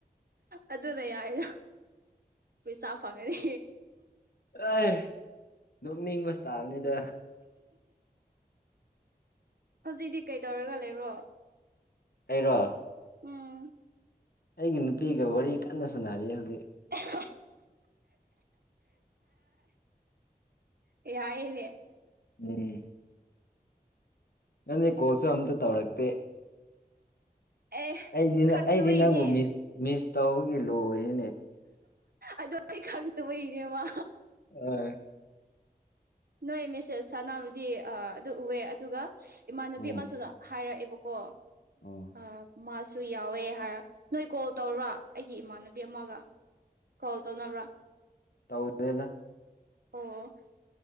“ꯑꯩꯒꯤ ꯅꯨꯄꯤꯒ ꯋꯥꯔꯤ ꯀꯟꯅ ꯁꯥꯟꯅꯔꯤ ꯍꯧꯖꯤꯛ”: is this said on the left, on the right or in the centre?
Left